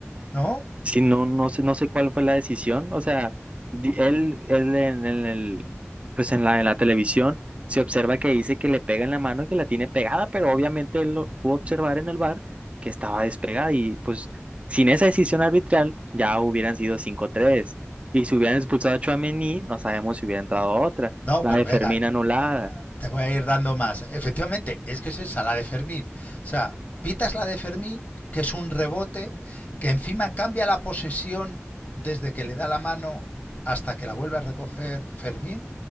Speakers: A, on the left; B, on the right.
A: ¿no?
B: Sí, no, no sé, no sé cuál fue la decisión. O sea, di- él, él en, en el, pues en la, en la televisión se observa que dice que le pega en la mano y que la tiene pegada, pero obviamente él lo pudo observar en el bar que estaba despegada y pues sin esa decisión arbitral ya hubieran sido cinco tres Y si hubieran expulsado a Tchouaméni, no sabemos si hubiera entrado otra.
A: No,
B: La
A: pero
B: de
A: venga,
B: Fermín anulada.
A: ta- te voy a ir dando más. Efectivamente, es que es esa, la de Fermín. O sea, pitas la de Fermín, que es un rebote, que encima cambia la posesión desde que le da la mano hasta que la vuelve a recoger Fermín,